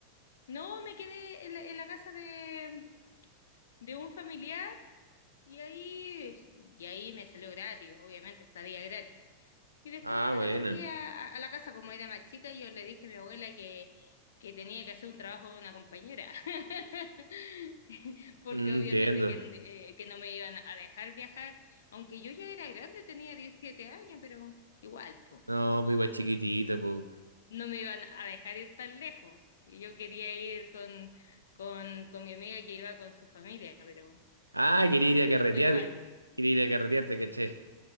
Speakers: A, on the left; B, on the right.
A: No, me quedé en la, en la casa de, de un familiar y ahí, y ahí me salió gratis, obviamente, estadía gratis. Y después
B: Ah,
A: me
B: bueno.
A: devolví a, a la casa como era más chica y yo le dije a mi abuela que, que tenía que hacer un trabajo de una compañera, <laughs> porque
B: Mm,
A: obviamente
B: Entiendo.
A: que, eh, que no me iban a dejar viajar, aunque yo ya era grande, tenía 17 años, pero igual, pues,
B: No, pues igual chiquitito, pues.
A: no me iban a dejar ir tan lejos. Y yo quería ir con, con, con mi amiga que iba con su familia, pero
B: Ah, quería
A: así
B: ir a carretear.
A: que fue igual.
B: Quería ir a carretear, te caché.